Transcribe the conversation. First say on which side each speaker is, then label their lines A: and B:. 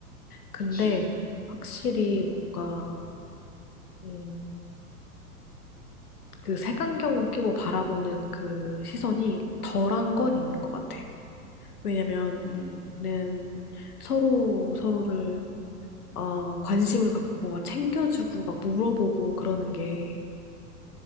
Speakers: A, on the left; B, on the left.
A: 근데
B: 그치.
A: 확실히
B: 음.
A: 뭔가 음, 그 색안경을 끼고 바라보는 그 시선이 덜한 건 있는 것 같아. 왜냐면
B: 음.
A: 우리는 서로 서로를 어, 관심을
B: 그치.
A: 갖고 막 챙겨주고 막 물어보고 그러는 게